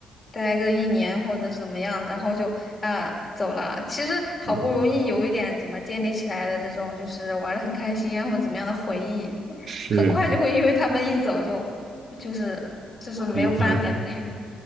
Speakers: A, on the left; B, on the right.
A: 待个一年或者是怎么样，然后就啊走了。其实好不容易有一点怎么建立起来的这种，
B: 嗯，
A: 就是玩的很开心啊或者怎么样的回忆，
B: 是
A: 很快就会因为他们一走就就是就是没有办法，
B: 离婚了。
A: 就是